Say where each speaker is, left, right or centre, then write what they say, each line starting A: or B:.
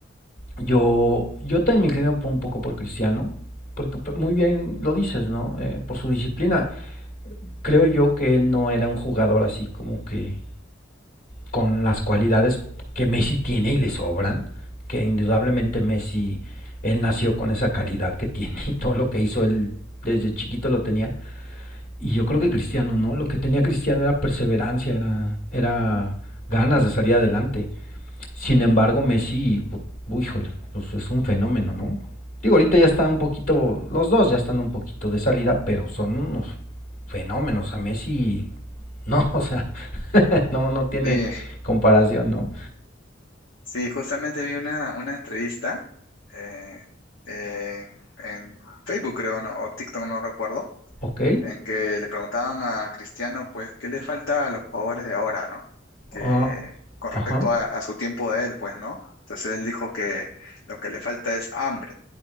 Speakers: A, on the left (about 50°); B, on the left (about 75°).
A: Yo, yo también me inclino por- un poco por Cristiano, porque pues, muy bien lo dices, ¿no? Eh, por su disciplina. Creo yo que él no era un jugador así como que con las cualidades que Messi tiene y le sobran, que indudablemente Messi, él nació con esa calidad que tiene y todo lo que hizo él desde chiquito lo tenía. Y yo creo que Cristiano, ¿no? Lo que tenía Cristiano era perseverancia, era, era ganas de salir adelante. Sin embargo, Messi, u- híjole, pues es un fenómeno, ¿no? Digo, ahorita ya está un poquito, los dos ya están un poquito de salida, pero son unos fenómenos. A Messi, <laughs> no, o sea, <laughs> no, no tiene
B: Sí,
A: comparación, ¿no?
B: sí, justamente vi una, una entrevista eh, eh, en Facebook, creo, ¿no? o TikTok, no recuerdo,
A: Ok,
B: en que le preguntaban a Cristiano, pues, ¿qué le falta a los jugadores de ahora, ¿no? Que
A: ah,
B: con
A: ajá.
B: respecto a, a su tiempo de él, pues, ¿no? Entonces él dijo que lo que le falta es hambre,